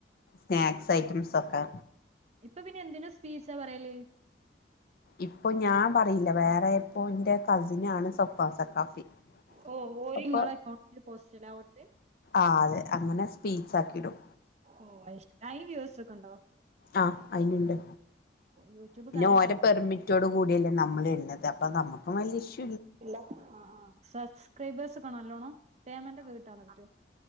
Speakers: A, on the left; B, on the right.
A: സ്നാക്സ് ഐറ്റംസക്കെ
B: ഇപ്പൊ പിന്നെ എന്തിന്റെ സ്പീച്ചാ പറയല്
A: ഇപ്പൊ ഞാൻ പറയില്ല വേറെ എപ്പോ ന്റെ കസിനാണ് <unintelligible>
B: ഓഹ് ഓര്
A: അപ്പൊ
B: നിങ്ങളെ അക്കൗണ്ടിൽ പോസ്റ്റലാ ഓർത്ത്
A: ആ അതെ അങ്ങനെ സ്പീച്ച് ആക്കിയിടും
B: ഓ അയിന് വ്യൂസൊക്കെണ്ടോ.
A: ആ അയിന്ണ്ട്
B: യൂട്യൂബ്
A: പിന്നെ
B: കാരൊക്കെ
A: ഓരോ പെർമിറ്റോട് കൂടിയല്ലേ നമ്മൾ ഇടണത് അപ്പം നമക്കും വല്യ ഇഷ്
B: ആ ആ സബ്സ്ക്രൈബേഴ്സ്, കാണല്ലോണോ പേയ്മെന്റ് ഒക്കെ കിട്ടാ പറ്റോ